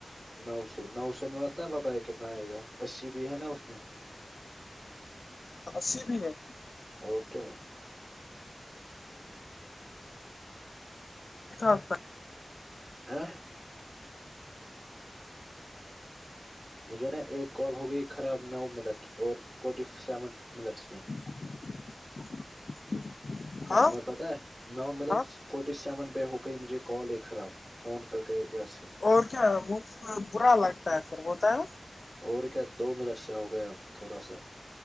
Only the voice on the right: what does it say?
نو سو نو سو میں ہوتا ہے بتایا کتنا آئے گا اسی بھی ہے نا اس میں <inaudible> <inaudible>
اور کیا ہے
آ <unintelligible> مجھے نا ایک کال ہو گئی خراب نو منٹ اور فورٹی سیون منٹس میں
تمہیں پتہ ہے نو ملٹ
فورٹی سیون پہ ہو گئی مجھے کال ہے خراب فون کٹ گیا الیاس سے
اور کیا دو منٹ سے ہو گیا تھوڑا سا